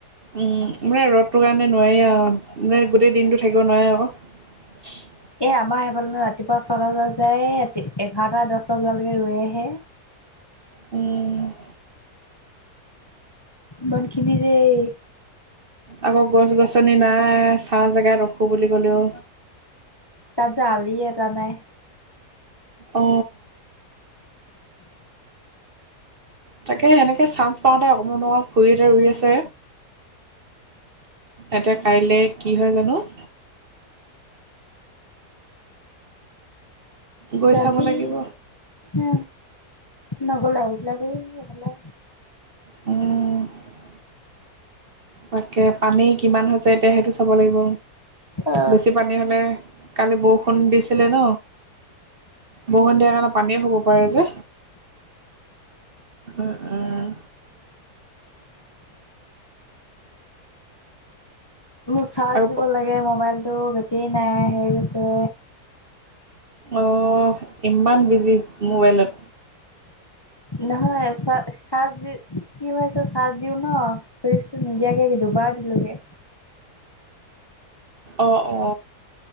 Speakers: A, on the right (about 40°); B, on the left (about 20°).
A: উম মানে ৰ'দটো কাৰণে নোৱাৰি আৰু মানে গোটেই দিনতটো থাকিব নোৱাৰে আকৌ <unintelligible>
B: এ আমাৰ এইফালেনো ৰাতিপুৱা ছটা বজাত যায়তি এঘাৰটা দহটা বজালৈকে ৰোৱেহে
A: উম
B: বনখিনৰেই
A: আকৌ গছ গছনি নাই চাহ জেগাত ৰখো বুলি ক'লেও
B: তাত যে আলি এটা নাই
A: অ তাকেহে এনেকে চান্স পাওঁতে অকমান অকনমান খুৰিহঁতে ৰুই আছে। এতিয়া কাইলে কি হয় জানো। <unintelligible> গৈ
B: যাবি
A: চাব লাগিব।
B: উ। নগলে আহি পেলাদেই এই ফালে।
A: ওঁহ। তাকে পানী কিমান হৈছে এতিয়া সেইটো চাব লাগিব
B: অ
A: বেছি পানী হলে। কালি বৰষুণ দিছিলে ন। বহু সন্ধিয়া কাৰণে পানীও হব পাৰে যে। উম উম।
B: মোৰ চাৰ্জ
A: আৰু
B: দিব লাগে মোবাইলটো বেটী নাই হেৰি যে।
A: অহ ইমান বিজি মোবাইলত।
B: নহয় চা চাৰজ দি কি হৈছে চাৰ্জ দিও ন চুইচটো নিদিয়াকে কিন্ত। বাৰ দিলোগে।
A: অ অ।